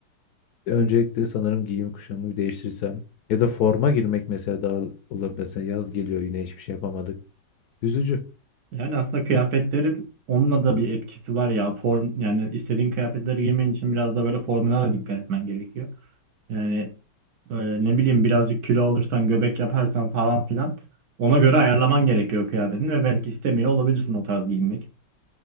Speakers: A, on the left (about 70°); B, on the right (about 65°).
A: öncelikle sanırım giyim kuşamı bir değiştirsem ya da forma girmek mesela daha olabilir. Mesela yaz geliyor yine hiçbir şey yapamadık. Üzücü.
B: Yani aslında kıyafetlerin onunla da bir etkisi var ya. Form yani istediğin kıyafetleri giymen için biraz da böyle formuna da dikkat etmen gerekiyor. Yani böyle ne bileyim birazcık kilo alırsan, göbek yaparsan falan filan ona göre ayarlaman gerekiyor kıyafetini ve belki istemiyor olabilirsin o tarz giyinmek.